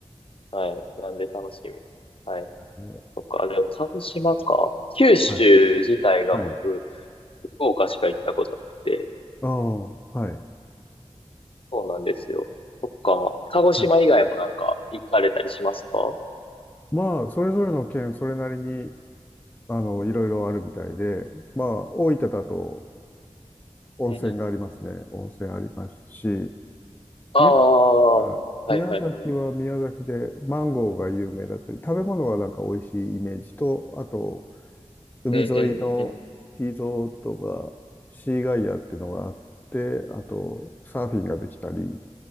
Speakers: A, on the left; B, on the left.
A: はい、なんで楽しみです。はい。
B: えー
A: そっか、でも鹿児島か。九州自体が僕、
B: はい。はい。
A: 福岡しか行ったことなくて、
B: ああ、はい。
A: そうなんですよ。そっか、鹿児島以外もなんか行かれたりしますか
B: はい。まあ、それぞれの県、それなりに、あの、いろいろあるみたいで、まあ、大分だと温泉がありますね。
A: うんうんうん。
B: 温泉ありますし、
A: ああ、
B: 宮、うん宮崎は宮崎でマンゴーが有名だったり、
A: はいはいはい。
B: 食べ物がなんか美味しいイメージと、あと、海沿いのリゾートが、
A: うんうんうんうん。
B: シーガイアっていうのがあって、あと、サーフィンができたり、